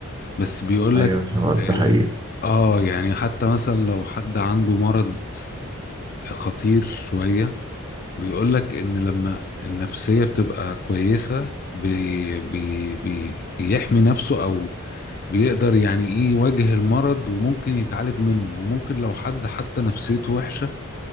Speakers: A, on the left (about 40°); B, on the right (about 20°).
A: بس بيقول
B: ايوه
A: لك
B: هو
A: اه
B: ده حقيقي
A: آه، يعني حتى مثلا لو حد عنده مرض خطير شويه بيقول لك ان لما النفسيه بتبقى كويسه بي بي بي بيحمي نفسه او بيقدر يعني ايه يواجه المرض وممكن يتعالج منه وممكن لو حد حتى نفسيته وحشه